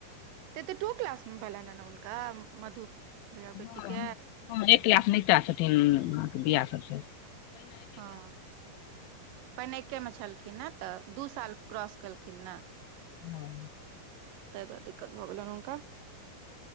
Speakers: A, on the right; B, on the left.
A: तऽ तऽ टू क्लास मे भेललनि ह हुनका मधु भैया बेटी
B: हँ
A: के
B: ह एक लास नेता छथिन अहके बआ सभसँ
A: हँ पहिने मे एक मे छलखिन ने तऽ दू साल क्रॉस केलखिन ने
B: हँ
A: ताहि दुआरे दिक्कत भऽ गेलनि हुनका